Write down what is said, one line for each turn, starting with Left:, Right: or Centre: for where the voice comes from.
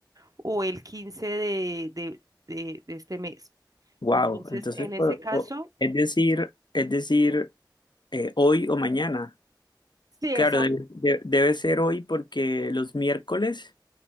Right: o el 15 de, de, de, de este mes.
Left: Wow,
Right: Entonces,
Left: entonces,
Right: en ese
Left: o-
Right: caso,
Left: o- es decir, es decir, eh, hoy o mañana.
Right: sí,
Left: Claro,
Right: exacto.
Left: de- de- debe ser hoy porque los miércoles